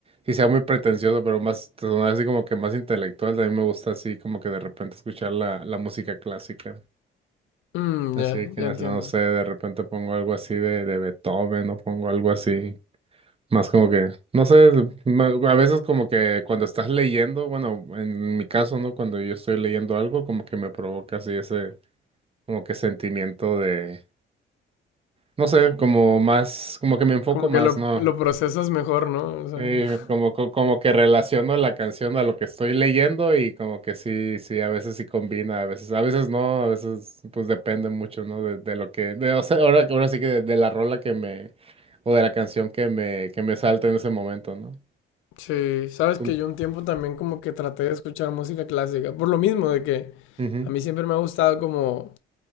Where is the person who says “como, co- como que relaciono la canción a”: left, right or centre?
Right